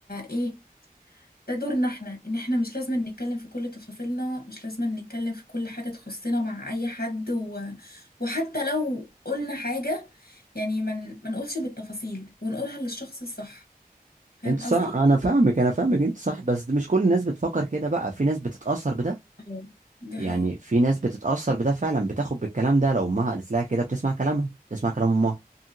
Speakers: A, on the left; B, on the right.
A: ايه ده دورنا احنا ان احنا مش لازم نتكلم في كل تفاصيلنا مش لازم نتكلم في كل حاجة تخصنا مع اي حد و... وحتى لو قلنا حاجة يعني ما من... نقولش بالتفاصيل ونقولها للشخص الصح فاهم
B: انت
A: قصدي؟
B: صح انا فاهمك انا فاهمك انت صح بس مش كل الناس بتفكر كده بقى في ناس بتتاثر بده
A: أيوة. دي
B: يعني
A: حقيقة
B: في ناس بتتأثر بده فعلا بتاخد بالكلام ده لو امها قالت لها كده بتسمع كلامها بتسمع كلام امها